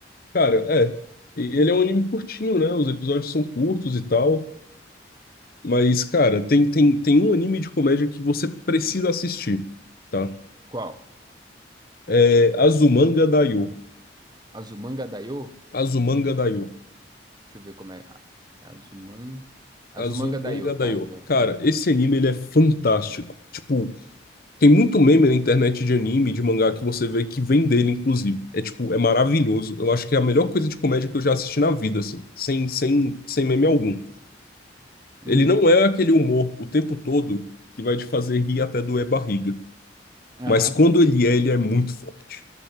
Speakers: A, on the left; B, on the right.
A: Cara, é. E Ele é um anime curtinho, né? Os episódios são curtos e tal. Mas, cara, tem, tem, tem um anime de comédia que você precisa assistir, tá?
B: Qual?
A: É Azumanga Daioh.
B: Azumanga Daioh?
A: Azumanga Daioh.
B: Deixa eu ver como é. A- Azuman... Azumanga
A: Azumanga
B: Daioh, tá?
A: Daioh.
B: Já
A: Cara,
B: acho.
A: esse anime, ele é fantástico. Tipo, tem muito meme na internet de anime, de mangá, que você vê que vem dele, inclusive. É, tipo, é maravilhoso. Eu acho que é a melhor coisa de comédia que eu já assisti na vida, assim. Sem, sem, sem meme algum.
B: Uhum.
A: Ele não é aquele humor o tempo todo que vai te fazer rir até doer barriga.
B: Aham.
A: Mas quando ele é, ele é muito forte.